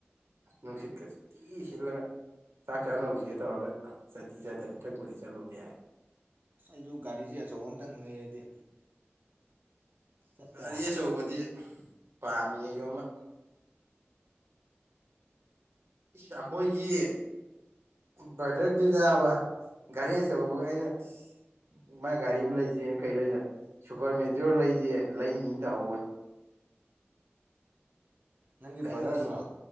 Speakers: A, on the right (about 80°); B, on the right (about 50°).
A: ꯅꯨꯡꯁꯤꯠꯀꯁꯤꯊꯤ ꯁꯤꯠꯂꯒ ꯆꯥꯛ ꯆꯥꯅꯧꯁꯦ ꯇꯧꯔꯒ ꯆꯠꯇꯤ ꯆꯠꯇꯦ ꯍꯟꯗꯛꯄꯨꯗꯤ ꯆꯠꯂꯨꯕ ꯌꯥꯏ
B: ꯑꯩꯁꯨ ꯒꯥꯔꯤꯁꯦ ꯑꯆꯧꯕ ꯑꯃꯇꯪ ꯂꯩꯔꯗꯤ ꯆꯠꯄ
A: ꯒꯥꯔꯤ
B: ꯌꯥꯕ
A: ꯑꯆꯧꯕꯗꯤ ꯄꯥꯝꯃꯤꯌꯦ ꯌꯣꯝꯃ ꯏꯁ ꯑꯩꯈꯣꯏꯒꯤ ꯕ꯭ꯔꯗꯔꯗꯤ ꯅꯥꯕ ꯒꯥꯔꯤ ꯑꯆꯧꯕꯒ ꯑꯩꯅ ꯑꯁ ꯃꯥ ꯒꯥꯔꯤ ꯑꯃ ꯂꯩꯁꯦꯅ ꯀꯔꯤ ꯂꯩꯗ ꯁꯨꯄꯔ ꯃꯦꯇꯤꯌꯣꯔ ꯂꯩꯁꯦ ꯂꯩꯅꯤ ꯇꯥꯍꯧꯕꯅꯦ
B: ꯅꯪꯒꯤ
A: ꯑꯩꯅ
B: ꯕ꯭ꯔꯗꯔ ꯔ‌ꯣ